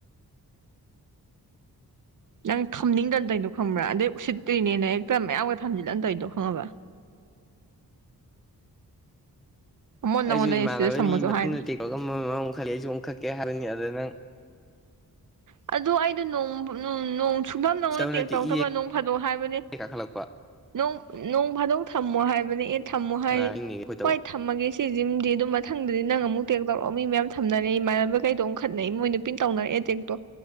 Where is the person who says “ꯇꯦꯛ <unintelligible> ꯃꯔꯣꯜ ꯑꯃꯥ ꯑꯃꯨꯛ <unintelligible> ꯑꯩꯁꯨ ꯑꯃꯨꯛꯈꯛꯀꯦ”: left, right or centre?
Centre